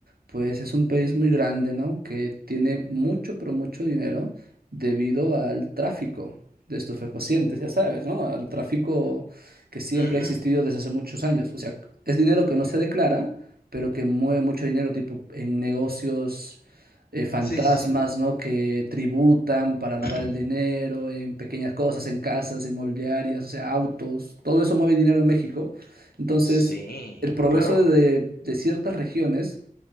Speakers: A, on the right (about 80°); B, on the left (about 80°).
A: pues es un país muy grande, ¿no? Que tiene mucho, pero mucho dinero debido al tráfico de estupefacientes, ya sabes, ¿no? Al tráfico que siempre
B: ujú,
A: ha existido desde hace muchos años. O sea, es dinero que no se declara, pero que mueve mucho dinero, tipo en negocios eh, fantasmas,
B: Sí, sí, sí.
A: ¿no? Que tributan para lavar
B: <clears throat>
A: el dinero en pequeñas cosas, en casas, inmobiliarias, o sea, autos, todo eso mueve dinero en México. Entonces,
B: Sí,
A: el progreso
B: claro.
A: de, de ciertas regiones,